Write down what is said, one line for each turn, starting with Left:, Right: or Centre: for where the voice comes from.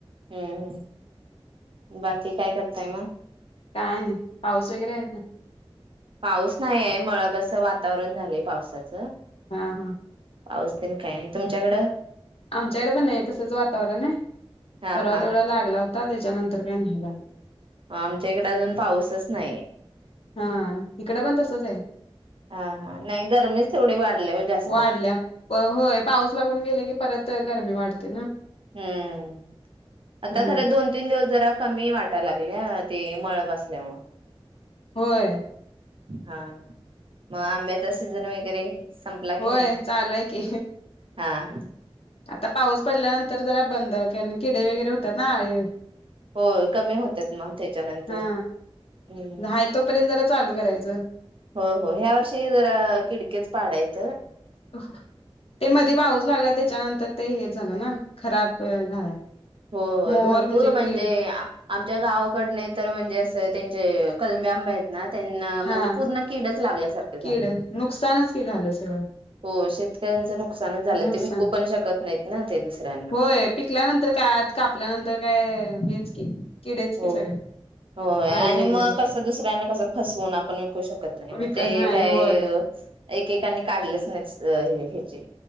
Right: हम्म, बाकी काय करताय मग?
Left: काय नाही, पाऊस वगैरे आहे का
Right: पाऊस नाहीये, मळभ असं वातावरण झालंय पावसाचं...
Left: हा-हा.
Right: पाऊस तर काही नाही, तुमच्याकडं?
Left: आमच्याकडे पण आहे तसंच वातावरण आहे.
Right: हा
Left: परवा
Right: हा
Left: तेवढा लागला होता, त्याच्यानंतर काही नाही लागला.
Right: आमच्या इकडे अजून पाऊसच नाहीये.
Left: हा, इकडं पण तसच आहे.
Right: हा हा नाही गरमीच तेवढी वाढली हो जास्त
Left: वाढल्या, होय, पाऊस लागून गेला की परत गरमी वाढते ना!
Right: हम्म, आता
Left: हा
Right: खरं दोन तीन दिवस जरा कमी वाटायला लागलय, ते मळभ असल्यामुळे...
Left: होय!
Right: हा, मग आंब्याचा सीझन वगैरे संपला
Left: होय
Right: की नाही?
Left: चालू आहे की
Right: हा-हा.
Left: आता पाऊस पडल्यानंतर जरा बंद, कारण किडे वगैरे होतात ना, अळी
Right: होय, कमी होतात मग त्याच्यानंतर,
Left: हा
Right: हम्म.
Left: हाय तोपर्यंत जरा चालू करायचं.
Right: होय-होय, ह्या वर्षी जरा किडकेच पाड आहेत.
Left: <inaudible> ते मधे पाऊस लागला, त्याच्यानंतर ते हेच झालं ना.... खराब झालं.
Right: हो-होय,
Left: मोर
Right: भरपूर म्हणजे,
Left: कीड
Right: आमच्या गावाकडनं तर म्हणजे, असं त्यांचे कल आंबे आहेत ना, त्यांना... म्हणजे
Left: हा
Right: पूर्ण किडच लागल्यासारखे झाले.
Left: कीड... नुकसानच कि झालं सगळं!
Right: हो, शेतकऱ्यांचं नुकसानच झालं,
Left: नुकसान
Right: ते विकू पण शकत नाहीत ना ते दुसऱ्यांना.
Left: होय पिकल्यानंतर काय, आत कापल्यानंतर काय... हेच की! किडेच
Right: हो-होय,
Left: की सगळे आळे
Right: आणि
Left: वगैरे
Right: मग कसं, दुसऱ्यांना कसं फस फोन आपण विकू शकत नाही,
Left: विकत
Right: मग ते
Left: नाही
Right: काय...
Left: होय
Right: एकेकांनी काढलेच नाहीत हे-ह्याची